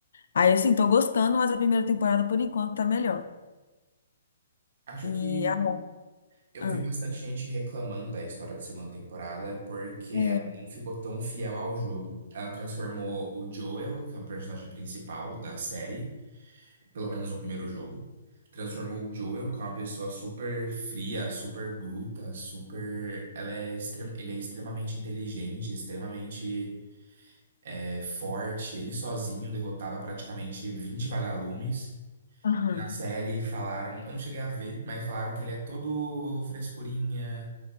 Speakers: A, on the left; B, on the right.
A: Aí assim, tô gostando, mas a primeira temporada por enquanto tá melhor.
B: Acho que
A: E a.
B: eu
A: ah,
B: vi bastante gente reclamando da história da segunda temporada porque
A: é,
B: ela não ficou tão fiel ao jogo. Ela transformou o Joel, que é o personagem principal da série, pelo menos no primeiro jogo. Transformou o Joel, que é uma pessoa super fria, super bruta, super. Ela é extrem... Ele é extremamente inteligente, extremamente é, forte. Ele sozinho derrotava praticamente 20 vagalumes.
A: aham,
B: E na série falaram, eu não cheguei a ver, mas falaram que ele é todo frescurinha,